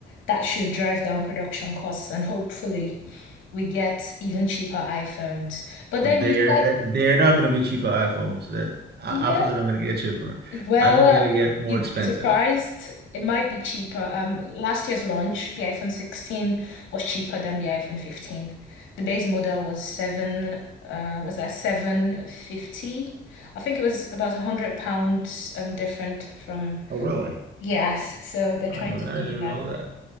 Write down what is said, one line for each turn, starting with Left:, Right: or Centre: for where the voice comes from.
Left: that should drive down production costs, and hopefully we get even cheaper iPhones. But
Right: They're
Left: then you said,
Right: they're not gonna be cheaper iPhones. That i-
Left: yeah,
Right: iPhones are not gonna get cheaper.
Left: Well,
Right: iPhones are gonna get more
Left: you'd
Right: expensive.
Left: be surprised. It might be cheaper. Um, last year's launch, the iPhone 16 was cheaper than the iPhone 15. The base model was seven, uh, was that 750? I think it was about a hundred pounds um different from
Right: Oh really?
Left: yes. So they're trying
Right: I didn't,
Left: to
Right: I
Left: do
Right: didn't even
Left: that.
Right: know that.